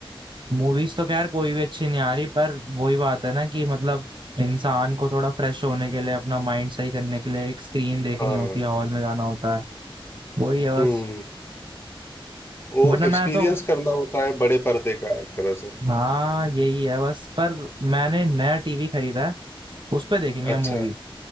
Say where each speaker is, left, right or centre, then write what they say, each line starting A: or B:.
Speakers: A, on the right; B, on the left.
A: मूवीज तो खैर कोई भी अच्छी नहीं आ रही पर वही बात है ना कि मतलब इंसान को थोड़ा फ्रेश होने के लिए अपना माइंड सही करने के लिए एक स्क्रीन देखनी
B: हाँ
A: होती है हॉल में जाना होता है वही है
B: हम्म
A: बस
B: वो
A: वरना
B: एक्सपीरियंस
A: मैं तो
B: करना होता है बड़े पर्दे का एक तरह से
A: हाँ यही है बस पर मैंने नया टीवी खरीदा है उस पे देखेंगे
B: अच्छा
A: मूवी